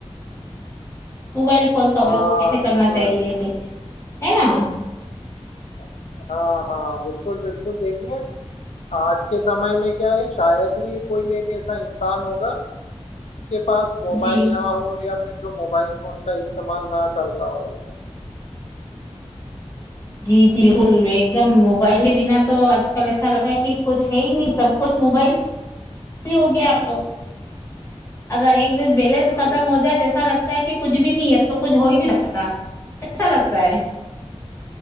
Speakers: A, on the left (about 25°); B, on the left (about 80°).
A: موبائل فون کا
B: ہاں
A: اپیوگ کیسے
B: بالکل
A: کرنا چاہیے ایدا <inaudible>
B: اچ <inaudible> ہاں ہاں بالکل بالکل دیکھ آج کے سمے میں کیا ہے شاید ہی کوئی ایک ایسا انسان ہوگا اس کے پاس موبائل
A: جی
B: نہ ہو یا پھر جو موبائل فون کا استعمال نہ کر پاؤ
A: جی بالکل ایک دم موبائل کے بنا تو آج کل ایسا لگتا ہے کہ کچھ ہے ہی نہیں سب کچھ موبائل ہوگیا آپ تو اگر ایک ن بیلنس
B: ہوں
A: ختم ہو جائے ایسا لگتا <unintelligible> کہ کچھ بھی نہیں اب تو کچھ ہو ہی نہیں ساتتا ایسا لگتا ہے